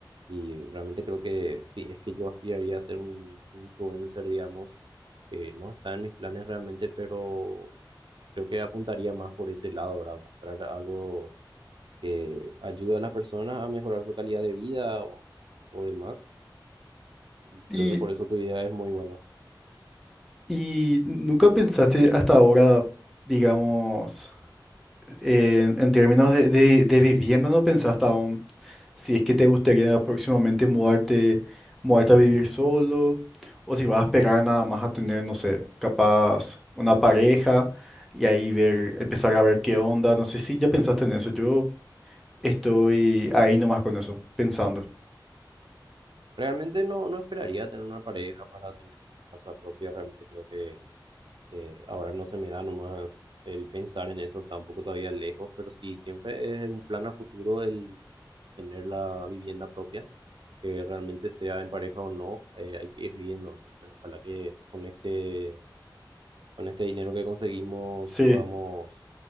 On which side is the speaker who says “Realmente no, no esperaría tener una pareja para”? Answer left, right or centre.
Right